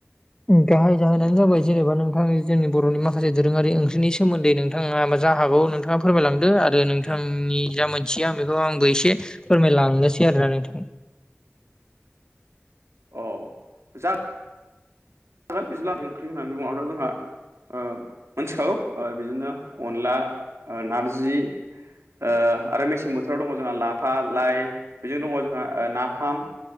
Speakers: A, on the left (about 15°); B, on the right (about 80°).
A: गाहाय जाहोनानो जाबाय जेनेबा नोंथाङा जोंनि बर'नि माखासे दोरोङारि ओंख्रिनि सोमोन्दै नोंथाङा मा जा हागौ नों थाङा फोरमायलांदो आरो नोंथांनि जा मोनथिया आं बेखौ आंबो एसे फोरमायलांनोसै आरोना नोंथां।
B: अ जा <unintelligible> बिज्लानि ओंख्रि होननानै बुङोबाथ जोंहा ओ मोनथिखागौ ओ बिदिनो अनला नारजि ओ आरो मेसें बोथोराव दङ जोंहा लाफा लाइ बेजों दङ जोंहा नाफाम